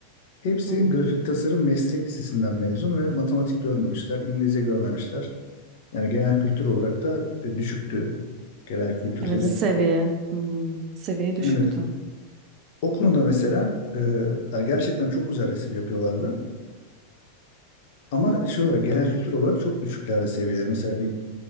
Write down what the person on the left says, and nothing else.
Hepsi
grafik tasarım meslek lisesinden mezun ve matematik görmemişler, İngilizce görmemişler. Yani genel kültür olarak da e, düşüktü genel kültürleri.
Evet. O konuda mesela e, yani gerçekten çok güzel resim yapıyorlardı. Ama şey olarak genel kültür olarak çok düşüklerdi seviyeleri. Mesela bir